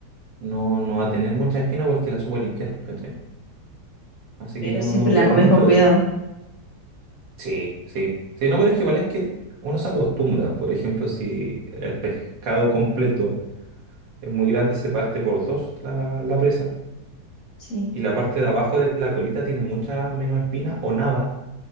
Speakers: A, on the right; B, on the left.
A: no, no va a tener mucha espina porque la supo limpiar, ¿cachai? Así
B: pero
A: que no,
B: siempre
A: no me preocupo
B: la comes
A: mucho
B: con cuidado.
A: de eso. Sí, sí. Sí, no, pero es que igual es que uno se acostumbra. Por ejemplo, si el pescado completo es muy grande, se parte por dos la, la presa.
B: Sí.
A: Y la parte de abajo de la colita tiene mucha menos espina o nada